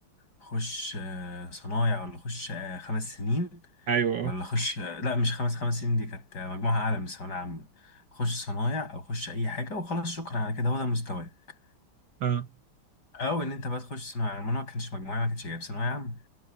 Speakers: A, on the left (about 50°); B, on the right (about 60°).
A: خش آه، صنايع ولا خش آه، خمس سنين
B: ايوه اه
A: ولا خش آه، لا مش خمس خمس سنين دي كانت آه، مجموعه اعلى من الثانويه العامه خش صنايع او خش اي حاجه وخلاص شكرا على كده هو ده مستواك
B: اه
A: او ان انت بقى تخش ثانويه عامه انا ما كانش مجموعي ما كانش جايب ثانويه عامه